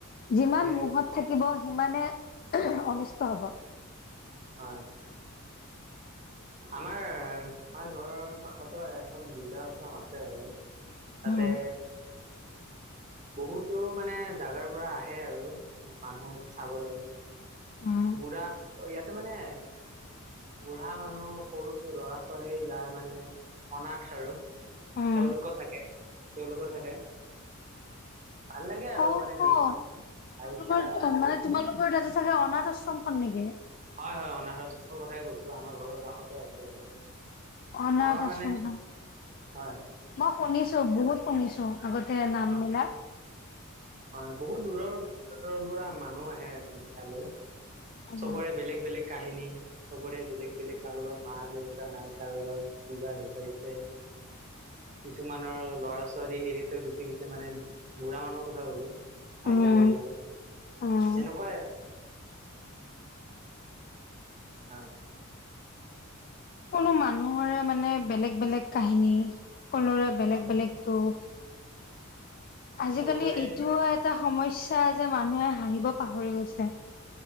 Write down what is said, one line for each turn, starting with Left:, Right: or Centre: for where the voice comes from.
Left: যিমান
Right: বিৰাট
Left: মুহত থাকিব সিমানে অনিষ্ট হ'ব।
Right: হয়। আমাৰ আই ঘৰৰ কাষতো এখন বৃদ্ধাশ্ৰম আছে বাৰু। তাতে
Left: উম, <inaudible>
Right: বহুতো মানে জাগাৰ পৰা আহে আৰু মানুহ চাবলৈ।
Left: উম,
Right: বুঢ়া ইয়াতে মানে বুঢ়া মানুহ। টো সৰু ল'ৰা ছোৱালী যাৰ মানে অনাস আৰু
Left: উম,
Right: তেওঁলোকো থাকে তেওঁলোকো থাকে ভাল লাগে আৰু
Left: অ'।
Right: মানে দেখি।
Left: আপোনালোকৰ
Right: আৰু খেলা খেলা
Left: মানে তোমালোকৰ তাতে থাকে অনাথ আশ্ৰমখন নেকি
Right: হয় হয় অনাথ আশ্ৰম কথাই কৈছো আমাৰ ঘৰৰ কাষতে আছো।
Left: অনাথ
Right: আমাৰ
Left: আশ্ৰমখন।
Right: মানে হয় হয়।
Left: মই শুনিছো বহুত শুনিছো আগতে নামবিলাক।
Right: হয় হয় বহুত দূৰৰ। পৰা মানুহ আহে মানে ইয়ালৈ
Left: উম,
Right: চবৰে বেলেগ বেলেগ। কাহিনী চবৰে বেলেগ বেলেগ কাৰোবাৰ মা দেউতা নাই কাৰোবাৰ কিবা ঢুকাইছে।
Left: <inaudible>
Right: কিছুমানৰ লৰা ছোৱালী এৰি থৈ গুচি গৈছে মানে বুঢ়া মানুহৰ কথা হ'লো।
Left: উম,
Right: আইতাৰ বিলাকৰ তেনেকুৱাই
Left: উম,
Right: আৰু হয়
Left: সকলো মানুহৰে মানে বেলেগ বেলেগ কাহিনী সকলোৰে বেলেগ
Right: হয়,
Left: বেলেগ দুখ। আজিকালি
Right: চবৰে
Left: এইটোও এটা সমস্যয়া যে মানুহে হাঁহিব পাহৰি গৈছে।